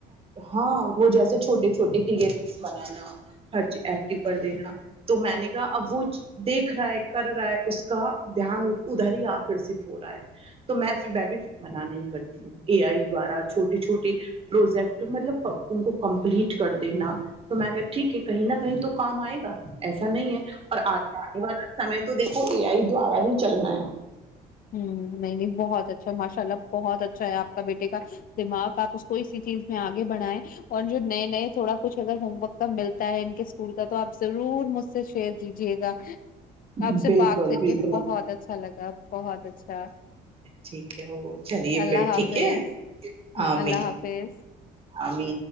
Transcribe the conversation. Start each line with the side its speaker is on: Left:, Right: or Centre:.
Right: ہاں وہ جیسے چھوٹے چھوے کرکٹ بناانا ہرچی ایکٹو
Left: اچھا
Right: کر دینا تو میں نے کہا اب وہ دیکھ رہا ہے کر رہا ہے اس کا دھیان ادھر ہی آکرشت ہو رہا ہے تو میں ببی سے من نہیں کرتی ہے اے آئی دوارا چھوٹی چھوٹی پروجیکٹ مطلب ان کو کمپلیٹ کر دینا تو میں کہ ٹھیک ہے کہیں نہ کہیں تو کام آئے گا ایسا نہیں ہے اور آ آنے والی سمے تو دیکھو اے آئی دوارا ہی چلنا ہے
Left: ہ نہیں نہیں بہت اچھا ماشاء اللہ بہت اچھا ہے آپ کا بیٹے کا دماغ آپ <unintelligible> اسی چیز میں آگے بڑائیں اور جو نئے نئے تھوڑا کچھ اگر ہوم ورک کا ملتا ہے ان کے اسکول کا تو آ ضرور مجھ سے شیئر کیجیے گا
Right: جی
Left: آپ سے
Right: بالکل
Left: بات کر
Right: بالکل
Left: کے بہت اچھا لگا بہت اچھا
Right: ٹھیک ہے وہ چلیے
Left: اللہ
Right: پھر ٹھیک
Left: حافظ
Right: ہے
Left: ہاں
Right: عام
Left: اللہ حافظ
Right: ابھی